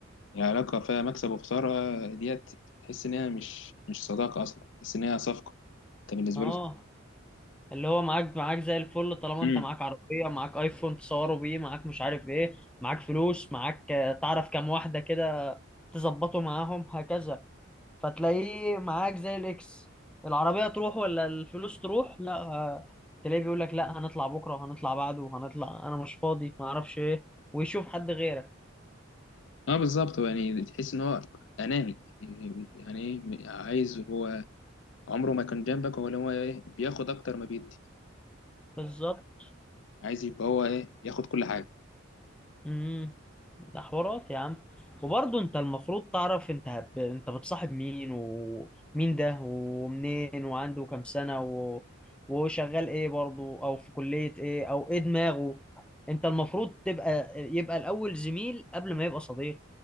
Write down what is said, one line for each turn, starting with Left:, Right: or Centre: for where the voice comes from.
Left: يعني علاقة فيها مكسب وخسارة ديت تحس إن هي مش مش صداقة أصلا تحس إن هي صفقة أنت بالنسبة
Centre: اه
Left: له
Centre: اللي هو معاك معاك زي الفل طالما
Left: امم
Centre: انت معاك عربية معاك ايفون تصوروا بيه معاك مش عارف ايه معاك فلوس معاك آه، تعرف كام واحدة كده تظبطه معاهم هكذا فتلاقيه معاك زي الاكس العربية تروح ولا الفلوس تروح لا آه، تلاقيه بيقول لك لا هنطلع بكرة وهنطلع بعده وهنطلع انا مش فاضي ما اعرفش ايه ويشوف حد غيرك
Left: اه بالظبط يعني تحس إن هو أناني يعني إيه عايز هو عمره ما كان جنبك هو اللي هو إيه بياخد أكتر ما بيدي
Centre: بالظبط
Left: عايز يبقى هو إيه ياخد كل حاجة
Centre: امم ده حوارات يا عم وبرضه انت المفروض تعرف انت هب... انت بتصاحب مين ومين ده ومنين وعنده كام سنة و... وشغال ايه برضه او في كلية ايه او ايه دماغه انت المفروض تبقى يبقى الاول زميل قبل ما يبقى صديق